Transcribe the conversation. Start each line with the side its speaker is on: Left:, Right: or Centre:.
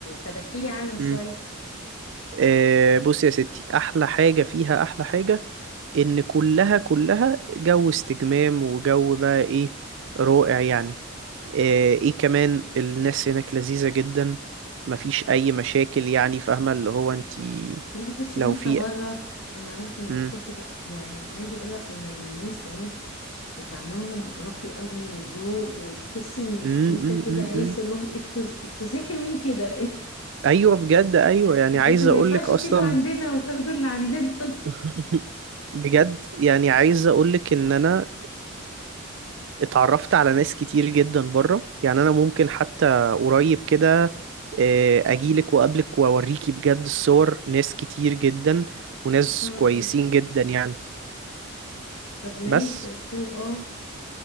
Left: طب احكي لي عنه شوية
Right: إمم. آه، بص يا ستي احلى حاجة فيها احلى حاجة ان كلها كلها جو استجمام وجو بقى ايه رائع يعني آه، ايه كمان الناس هناك لذيذة جدا مفيش اي مشاكل يعني فاهمة اللي هو انتي
Left: لا بص
Right: لو
Left: وانت
Right: في
Left: بره انا رحت مالديف
Right: مم.
Left: رحت ف... يعني عايزه اقول لك ان الناس هناك تعاملهم راقي قوي وذوق وتحس ان
Right: مم.
Left: انت
Right: مم.
Left: كده
Right: مم.
Left: عايز
Right: مم.
Left: تقول لهم "إيه، انتوا ز- انتوا ازاي حلوين كده
Right: ايوه بجد ايوه
Left: <laughs>
Right: يعني عايز
Left: انتوا ما
Right: اقولك
Left: ينفعش تيجوا
Right: اصلا
Left: عندنا وتاخدوا اللي عندنا <laughs>
Right: <laughs> بجد يعني عايز اقولك ان انا اتعرفت على ناس كتير جدا بره يعني انا ممكن حتى قريب كده آه، اجيلك واقابلك واوريكي بجد الصور ناس كتير جدا وناس
Left: آه.
Right: كويسين جدا يعني
Left: طب ماشي
Right: بس
Left: اوكي اه